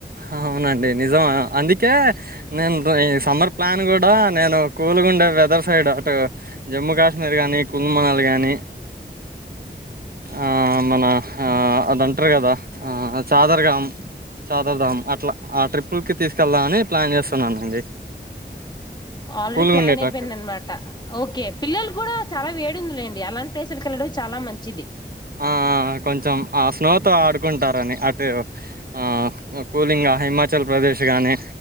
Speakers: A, on the right (about 55°); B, on the left (about 25°).
A: అవునండి నిజమా అందుకే నేను ఈ సమ్మర్ ప్లాన్ కూడా నేను కూలుగుండే వెదర్ సైడ్ అటు జమ్మూ కాశ్మీర్ కానీ కున్మనల్ కానీ ఆ మన అదంటరు కదా ఆ చాదరగాం చాదరధాం అట్లా ఆ ట్రిప్పులకి తీసుకెళ్దామని ప్లాన్ చేస్తున్నానండి
B: ఆల్రెడీ
A: కూల్గా
B: ప్లాన్
A: ఉండేటట్టు
B: అయిపోయిందనమాట, ఓకే పిల్లలు కూడా చాలా వేడుందిలేండి అలాంటి ప్లేసులకెళ్ళడమే చాలా మంచిది
A: ఆ ఆ కొంచెం ఆ స్నోతో ఆడుకుంటారని అటు ఆ కూలింగ్ హిమాచల్ ప్రదేశ్ కానీ